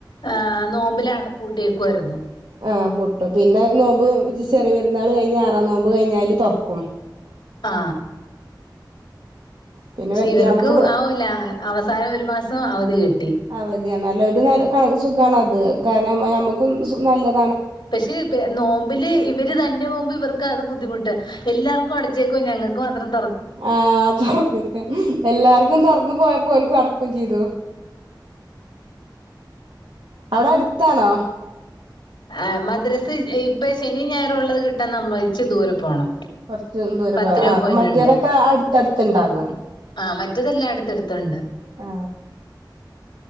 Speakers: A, on the left (about 80°); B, on the right (about 85°).
A: ആ ന്നോമ്പിലാ പൂട്ടി കരുന്നു
B: ആ പൂട്ടു പിന്നെ ന്നോമ്പ് ചെറിയ പെരുന്നാൾ കഴിഞ്ഞ് ആറാ ന്നോമ്പ് കഴിഞ്ഞാല് തൊർക്കും
A: ആ
B: പിന്നെ
A: ഷി
B: വെക്ക
A: വെർക്ക്
B: നമുക്ക് ഇവിടെ
A: അവൂല്ല അവസാനം വരു മാസം അവധി കിട്
B: അവര് ര്യം നല്ലോരു നാ കാ സുഖാണത് കാരണം അമുക്കും മ് സു നല്ലത്
A: പക്ഷെ പെ ന്നോമ്പില് ഇവര് തന്നെ പോവുമ്പ ഇവർക്ക് അത് ബുദ്ധിമുട്ടാ എല്ലാർക്ക് കൊട്ച്ചേക്കു ഞങ്ങൾക്ക് മത്രം
B: ആ തൊർന്ന്ക്ക എല്ലാർക്കും തൊർന്ന് പോയപ്പം ഓൽക്ക് അടക്കും ചെയ്തു അവ്ടെ അട്ത്താണോ
A: ആ മദ്രസ് ഇപ്പെ ശനി ഞായറും ഉള്ളത് കിട്ടാൻ നമ്മൾ ഇച്ച് ദൂര പോണം
B: കൊർച്ച് ദൂരെ
A: പത്ത്
B: പോ
A: രൂപ
B: ആ അപ്പൊ
A: പോയിന്റ്
B: മറ്റേതൊക്കെ
A: ഉണ്ട്
B: അട് തട്ത്ത്ണ്ടാകും
A: ആ മറ്റെതെല്ലാം അട്ത്തെട്ത്തുണ്ട്
B: ആ